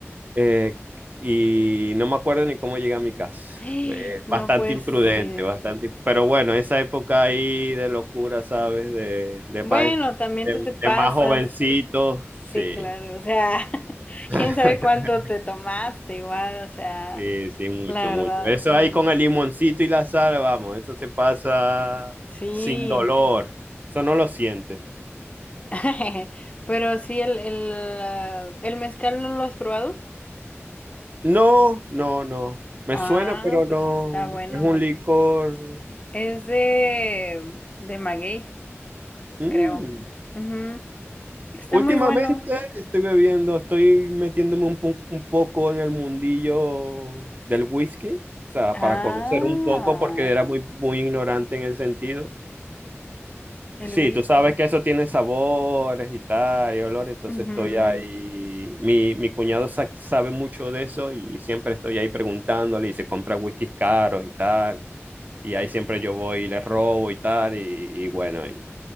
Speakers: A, on the right; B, on the left.
A: Eh, y no me acuerdo ni cómo llegué a mi casa.
B: <gasps>
A: <laughs> Fue
B: No
A: bastante
B: puede
A: imprudente,
B: ser.
A: bastante. Pero bueno, esa época ahí de locura, ¿sabes? De, de,
B: Bueno,
A: más,
B: también
A: de,
B: tú te pasas.
A: de más jovencito, sí.
B: Sí, claro, o sea, <laughs>
A: <laughs>
B: quién sabe cuánto te tomaste igual, o sea,
A: Sí, sí, mucho,
B: la
A: mucho.
B: verdad,
A: Eso
B: mm,
A: ahí con el limoncito y la sal, vamos, eso se pasa
B: sí,
A: sin dolor. Eso no lo sientes.
B: <laughs> pero sí, el, el, ah, el mezcal no lo has probado.
A: No, no, no. Me
B: Ah,
A: suena, pero no.
B: pues está bueno.
A: Es un licor.
B: Es de, de maguey,
A: mm,
B: creo. Ujú, Está
A: Últimamente
B: muy bueno.
A: estoy bebiendo, estoy metiéndome un, po- un poco en el mundillo del whisky, o sea,
B: Ah,
A: para conocer un poco porque era muy, muy ignorante en ese sentido.
B: el
A: Sí,
B: whisky.
A: tú sabes que eso tiene sabores y tal, y olores, entonces
B: Ujú.
A: estoy ahí. Mi, mi cuñado sa- sabe mucho de eso y siempre estoy ahí preguntándole y se compra whiskies caros y tal, y ahí siempre yo voy y le robo y tal, y, y bueno, y,